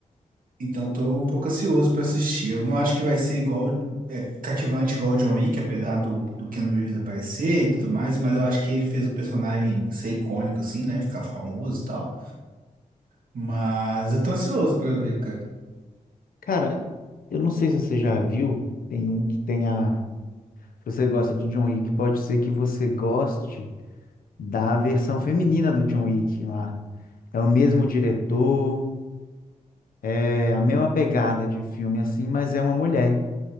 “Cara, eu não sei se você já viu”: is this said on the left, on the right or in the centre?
Left